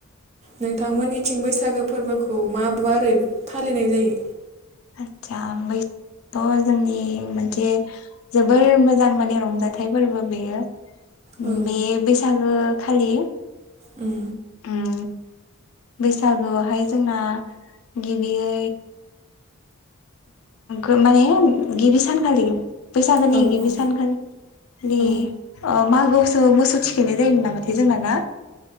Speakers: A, on the right; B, on the left.
A: नोंथांमोननिथिं बैसागो फोरबोखौ मा बारै फालिनाय जायो?
B: आतसा <inaudible> जोंनि जे जोबोर मोजां माने रंजाथाइफोरबो बेयो।
A: औ
B: बे बैसागो खालि
A: उम
B: उम बैसागोआवहाय जोंना गिबियै उम माने गिबि सानखालि बैसागो नि
A: औ
B: गिबि
A: औ
B: सानखालि
A: औ
B: ओ मोसौ मोसौ थिखैनाय जायोमोन नामाथाय जोंना ना?